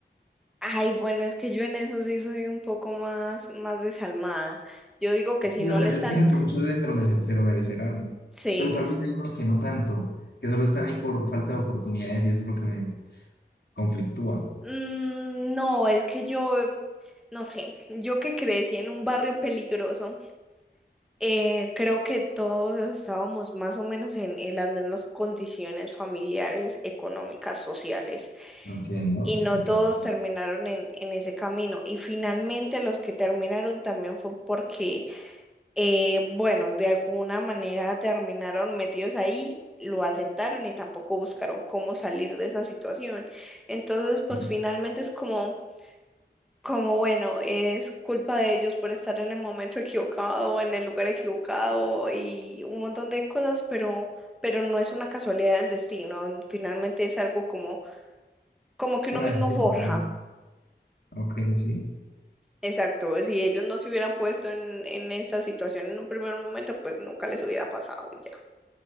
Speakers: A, in the centre; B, on the left.
A: Ay, bueno, es que yo en eso sí soy un poco más, más desalmada. Yo digo que
B: Y,
A: si no
B: o sea,
A: le
B: yo
A: están,
B: entiendo que muchas veces se lo, merece- se lo merecerán,
A: sí.
B: pero tal
A: es-
B: vez hay unos que no tanto, que solo están ahí por falta de oportunidades y eso es lo que me conflictúa.
A: Mm, no, es que yo, no sé, yo que crecí en un barrio peligroso, eh, creo que todos estábamos más o menos en, en las mismas condiciones familiares, económicas, sociales,
B: Entiendo,
A: y no
B: entiendo.
A: todos terminaron en, en ese camino. Y finalmente los que terminaron también fue porque eh, bueno, de alguna manera terminaron metidos ahí, lo aceptaron y tampoco buscaron cómo salir de esa situación. Entonces, pues
B: Es
A: finalmente es como, como bueno, es culpa de ellos por estar en el momento equivocado, en el lugar equivocado y un montón de cosas, pero, pero no es una casualidad del destino. Finalmente es algo como, como que uno
B: una
A: mismo
B: decisión
A: forja.
B: también. Ok, sí.
A: Exacto, si ellos no se hubieran puesto en, en esa situación en un primer momento, pues nunca les hubiera pasado y ya.